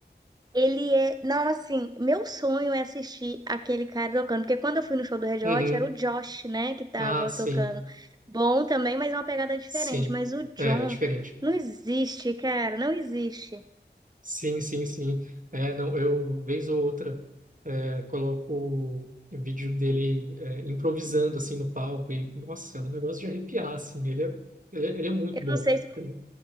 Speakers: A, on the right; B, on the right.
A: Ele é. Não, assim, meu sonho é assistir aquele cara tocando. Porque quando eu fui no show do Red
B: Uhum.
A: Hot, era o Josh, né, que tava
B: Ah, sim,
A: tocando. Bom também, mas é uma pegada diferente.
B: sim.
A: Mas o
B: É,
A: John
B: é diferente.
A: não existe, cara, não existe.
B: Sim, sim, sim. É, não, eu, vez ou outra, é, coloco o vídeo dele é, improvisando, assim, no palco e, nossa, é um negócio de arrepiar, assim, ele é, ele é, ele é muito
A: Eu
B: bom.
A: não sei se,
B: Ele-